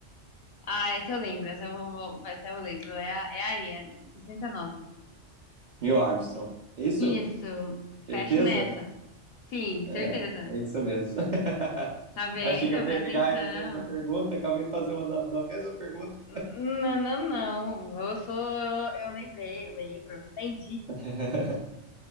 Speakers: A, on the left; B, on the right.
A: Ah, essa eu lembro. Essa eu, vou, vou- essa eu lembro. É, a- é aí, é sessenta e nove
B: Neil Armstrong. É isso?
A: Isso. Fecho
B: Certeza?
A: nessa. Sim, certeza.
B: É, é isso mesmo. <laughs>
A: Tá vendo?
B: Achei que ia pegar
A: Presta atenção.
B: essa, essa pergunta, acabei de fazer uma da, da mesma pergunta.
A: N- Não, não, não. Eu sou. Eu lembrei, eu lembro. Entendi.
B: <laughs>